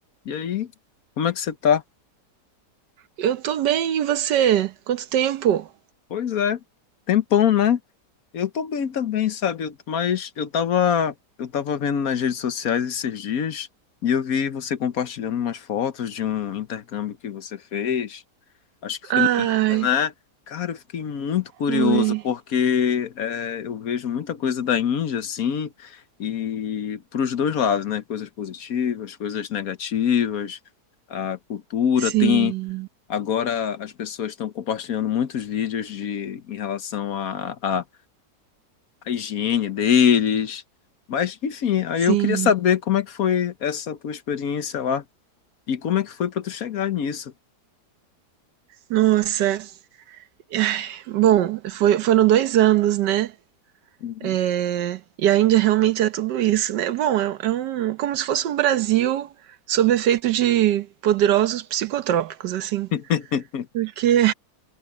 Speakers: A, on the left; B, on the right.
A: E aí, como é que você tá?
B: Eu tô bem, e você? Quanto tempo?
A: Pois é, tempão, né? Eu tô bem também, sabe? Eu- Mas eu tava, eu tava vendo nas redes sociais esses dias e eu vi você compartilhando umas fotos de um intercâmbio que você fez. Acho que foi
B: Ai,
A: na Índia, né? Cara, eu fiquei muito curioso
B: foi.
A: porque é, eu vejo muita coisa da Índia, assim, e pros dois lados, né? Coisas positivas, coisas negativas, a cultura
B: Sim,
A: tem Agora as pessoas estão compartilhando muitos vídeos de, em relação à à- à higiene deles. Mas, enfim, aí
B: sim.
A: eu queria saber como é que foi essa tua experiência lá e como é que foi para tu chegar nisso.
B: Nossa. Ai, Bom, foi, foram dois anos, né?
A: Uhum.
B: É, e a Índia realmente é tudo isso, né? Bom, é, é um, como se fosse um Brasil sob efeito de poderosos psicotrópicos, assim.
A: <laughs>
B: Porque